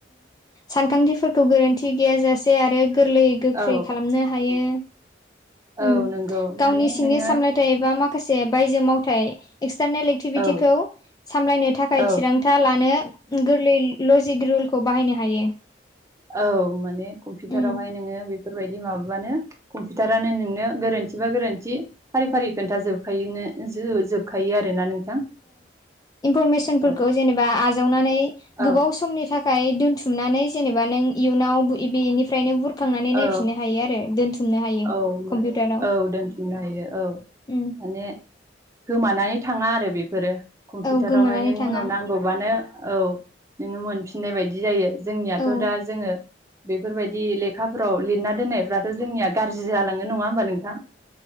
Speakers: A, on the left (about 20°); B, on the right (about 15°).
A: सानखांथिफोरखौ गोरोन्थि गैयाजासे आरो गोरलैयै गोख्रै
B: औ
A: खालामनो हायो।
B: औ
A: उम
B: नंगौ माने
A: गावनि सिंनि
B: नोङो
A: सामलाय थाय बा माखासे बायजो मावथाय एक्सटारनेल एक्टिभिटिखौ
B: औ
A: सामलायनो थाखाय
B: औ
A: थिरांथा लानो गोरलै लजिक रुलखौ बाहायनो हायो।
B: औ माने कम्पिउटारावहाय
A: उम
B: नोङो बेफोरबायदि माबाबानो कम्पिउटारानो नोंनो गोरोन्थिबा गोरोन्थि फारि फारि खोन्थाजोबखाय जोबखायो आरोना नोंथां?
A: इनफरमेसनफोरखौ
B: औ
A: जेनेबा आजावनानै
B: औ
A: गोबाव समनि थाखाय थाखाय दोनथुमनानै जेनेबा नों इयुनाव बेनिफ्रायनो बुर खांनानै
B: औ
A: नायफिननो हायो आरो दोनथुमनो हायो।
B: औ
A: कम्पिउटाराव
B: औ दोनथुमनो हायो औ
A: उम
B: माने गोमानानै थाङा आरो बेफोरो कम्पिउटारावहाय
A: औ गोमानानै
B: नों
A: थाङा
B: उनाव नांगौ बबानो औ नोङो मोनफिननाय बायदि जायो जोंनियाथ'
A: औ
B: दा जोङो बेफोरबायदि लेखाफ्राव लिरना दोननायफ्राथ' जोंनिया गाज्रि जालाङो नङा होमबा नोंथाङ